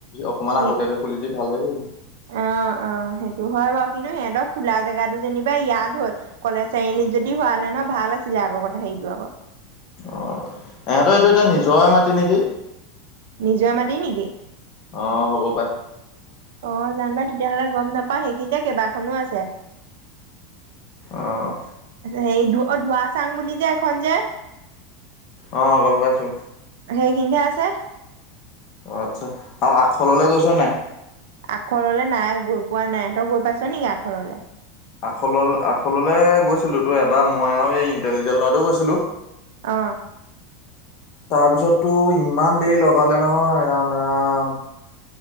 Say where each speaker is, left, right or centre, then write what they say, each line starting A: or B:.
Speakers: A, on the left (about 50°); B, on the right (about 75°).
A: অকমান
B: সেই
A: আগতীয়াকে খুলি দি ভালহে কৰিলে।
B: অ অ সেইটো হয় বাৰু কিন্তু সিহঁতক খোলা জেগাতটো যেনিবা ইয়াত হ'ল। কলেজ চাৰিআলিত যদি হোৱা হলে ন ভাল আছিলে আগৰত হেৰিটো আগত,
A: অ, এহঁতৰ এইটো এতিয়া নিজৰে মাতি নেকি
B: নিজৰ মাটি নেকি?
A: অ হ'ব পাই,
B: অ জানো পাই তেতিয়াহ'লে গম নাপাও সেইখিনিতে কেইবাখনো আছে।
A: অঁ
B: হে ধ ধোৱা চাং বুলি যে এখন যে,
A: অ গম পাইছো।
B: সেই খিনিত হে আছে।
A: অ আচ্ছা আৰু আখললে গৈছ নাই?
B: আখৰলে নাই গৈ পোৱা নাই তই গৈ পাইছ নেকি আখৰলে,
A: আখল আখললৈ গৈছিলো তো এবাৰ মই আৰু এই ইণ্টাৰজেল লৰাতো গৈছিলো।
B: অ
A: তাৰপিছততো ইমান দেৰি লগালে নহয় ৰাম ৰাম।